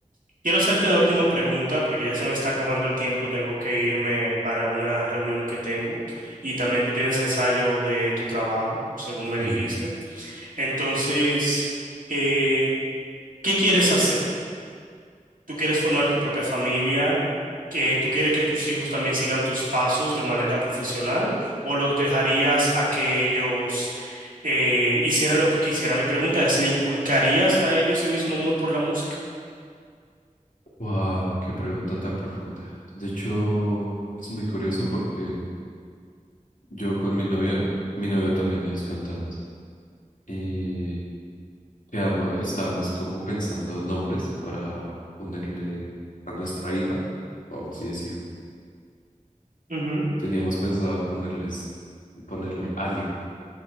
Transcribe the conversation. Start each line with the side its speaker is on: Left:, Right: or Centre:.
Right: quiero hacerte la última pregunta porque ya se me está acabando el tiempo, tengo que irme para una reunión que tengo y también tú tienes ensayo de tu trabajo, según
Left: Sí,
Right: me dijiste. Entonces, eh, ¿qué quieres hacer? ¿Tú quieres formar tu propia familia? ¿Que tú quieres que tus hijos también sigan tus pasos de manera profesional o los dejarías a que ellos eh, hicieran lo que quisieran. Mi pregunta es, ¿le inculcarías a ellos ese mismo amor por la música?
Left: Wow, qué pregunta tan profunda. De hecho, es muy curioso porque yo con mi novia, mi novia también es cantante. Y quedamos, estábamos como pensando nombres para ponerle a nuestra hija, o si es hija.
Right: Ujú.
Left: <laughs> Teníamos pensado ponerles, ponerle aria,